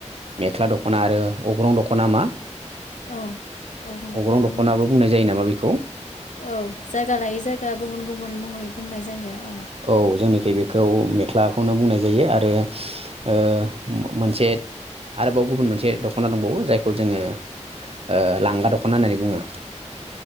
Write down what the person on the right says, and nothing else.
मेख्ला दख'ना आरो अग्रं दख'ना मा
अग्रं
दख'नाबो
बुंनाय जायो नामा बेखौ?
औ जोंनिखै बेखौ मेख्लाखौनो बुंनाय जायो आरो ओ ओम मोनसे आरोबाव गुबुन मोनसे दख'ना दंबावो जायखौ जोङो ओ लांगा दख'ना होननानै बुङो।